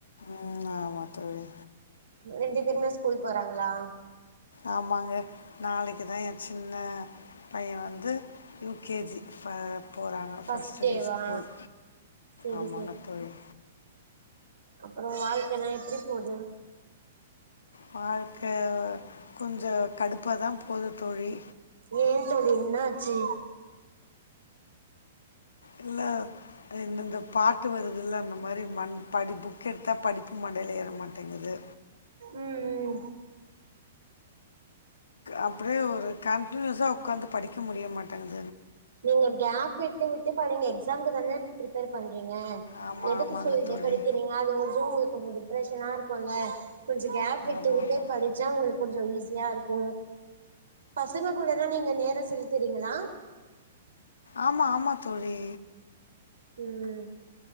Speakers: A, on the left (about 75°); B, on the right (about 75°).
A: ம் ஆமா தோழி
B: ரெண்டு பேருமே ஸ்கூல் வறாங்களா
A: ஆமாங்க நாளைக்குதா ஏ சின்ன பைய வந்து யூ கே ஜி ஃப போறாங்க
B: ஃபர்ஸ்ட்
A: ஃபர்ஸ்ட்டு
B: டேவா
A: டே ஸ்கூல்
B: செரி
A: ஆமாங்க தோழி
B: அப்புற வாழ்க்கைல்லா எப்டி போது
A: வாழ்க்க கொஞ்ச கடுப்பாதா போது தோழி
B: ஏ தோழி என்னாச்சு
A: இல்ல இப்ப இந்தந்த பாட்டு வருதுல்ல அந்த மாரி மண் படிப்புக் ஏத்தா படிப்பு மண் வெளியேற மாட்டேங்குது
B: ம் ம்
A: அப்டியே ஒரு கண்டினியூஸா உக்காந்து படிக்க முடிய மாட்டாங்கது
B: நீங்க கேப் விட்டு விட்டு படிங்க எக்ஸாம்க்கு தானே பிப்பேர் பண்றீங்க
A: ஆமாம்
B: எதுக்கு
A: ஆமாங்க
B: ஸ்கூல் டே
A: தோழி
B: படிக்கிறீங்க அது கொஞ்ச உங்க கொஞ்ச டிப்ரஷனா இருக்கு கொஞ்ச கொஞ்ச கேப் விட்டு
A: ஆமாம்
B: விட்டு
A: ஆமாம்
B: படிச்சா உங்களுக்கு கொஞ்ச ஈ சயா இருக்கு பசங்க கூட தா நீங்க நேர செலுத்துறீங்களா
A: ஆமா ஆமா தோழி
B: ம்